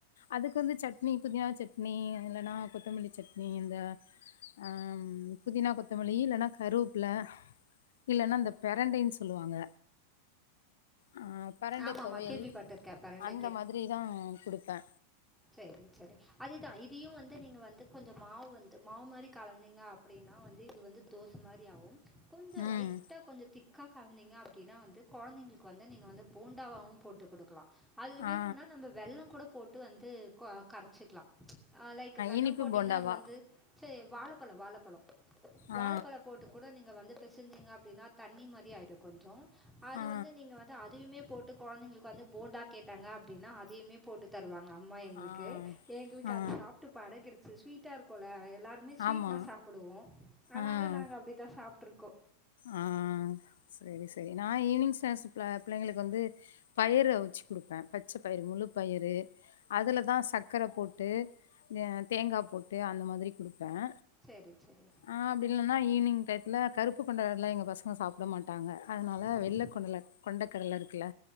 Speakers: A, on the left; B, in the centre.
A: அதுக்கு வந்து சட்னி புதினா சட்னி இல்லனா கொத்தமல்லி சட்னி இந்த ஆ ம் புதினா கொத்தமல்லி இல்லனா கருவேப்புல இல்லனா இந்த பெரண்டைன்னு சொல்லுவாங்க ஆ பெரண்டை
B: ஆமாமா.
A: துவையல்
B: கேள்விப்பட்டுருக்கேன். பிரண்ட
A: அந்த மாதிரி தா குடுப்பே
B: சேரி சேரி அதுதா இதுயு வந்து நீங்க வந்து கொஞ்சோ மாவு வந்து மாவு மாரி கலந்தீங்க அப் அப்டின்னா வந்து இது வந்து தோச மாரி ஆகும் கொஞ்சோ
A: ம்
B: லைட்டா கொஞ்சோ திக்கா கலந்திங்க அப்டின்னா வந்து கொழந்தைங்களுக்கு வந்து நீங்க வந்து போண்டாவாவு போட்டு குடுக்கலா அதுல
A: ஆ
B: வேணும்னா நம்ம வெள்ளம் கூட போட்டு வந்து கோ கரச்சுக்கலா ஆ லைக் வெல்லம்
A: இனிப்பு
B: போட்டீங்கன்னா
A: போண்டாவா
B: அது வந்து சரி வாழைப்பழம் வாழைப்பழம் வாழைப்பழம்
A: ஆ
B: போட்டு கூட நீங்க வந்து பிசிஞ்சீங்க அப்டின்னா தண்ணி மாரி ஆயிடு கொஞ்ச அது
A: ஆ
B: வந்து நீங்க வந்து அதுமே போட்டு குழந்தைங்களுக்கு வந்து போண்டா கேட்டாங்க அப்டின்னா அதையுமே போட்டு தருவாங்க அம்மா எங்களுக்கு
A: ஆ
B: எங்களுக்கு
A: ஆ
B: அது சாப்பிட்டு பழகிருச்சி ஸ்வீட் ட்டா இருக்குல்ல எல்லாருமே ஸ்வீட்னா
A: ஆமா
B: சாப்டுவோம் அதனால
A: ஆ
B: நாங்க அப்படிதா சாப்ட்டுருக்கோ
A: ஆ சரி சரி ந ஈவினிங் ஸ்நாக்ஸ் பிள்ளைங்களுக்கு வந்து பயிர அவுச்சு குடுப்பேன் பச்ச பயிறு முழு பயிறு அதுலதா சக்கர போட்டு தேங்காய் போட்டு அந்த மாரி கொடுப்பேன்
B: சரி சரி
A: அ அப்டி இல்லனா ஈவினிங் டயத்துல கருப்பு கொண்ட கடல எங்க பசங்க சாப்ட மாட்டாங்க அதனால
B: அப்
A: வெள்ள கொண்டல கொண்டக்கடல இருக்குல